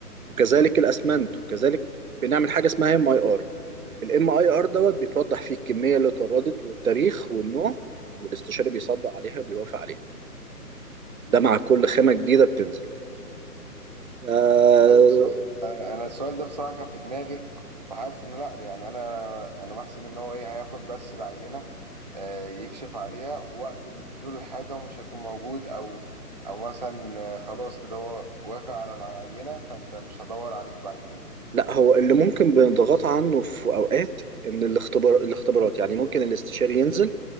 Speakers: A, on the right; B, on the right.
A: وكذلك
B: م.
A: الأسمنت وكذلك بنعمل حاجة اسمها ام اي ار الام اي ار دوت بيتوضح فيه الكميه اللي اتوردت والتاريخ والنوع والاستشاري بيصدق عليها بيوافق عليها
B: مم.
A: ده مع كل خامه جديده بتنزل آه
B: ايوه صح انا انا السؤال ده بصراحه كان في دماغي وحاسس انه لا يعني انا انا بحسب ان هو ايه هياخد بس العينه آه، يكشف عليها وقت نزول الحاجه ومش هيكون موجود او او مثلا آه، خلاص كده هو وافق على العينه فانت مش هدور عليك بعد كده
A: لا هو اللي ممكن بنضغط عنه في اوقات ان الاختبار الاختبارات يعني ممكن الاستشاري ينزل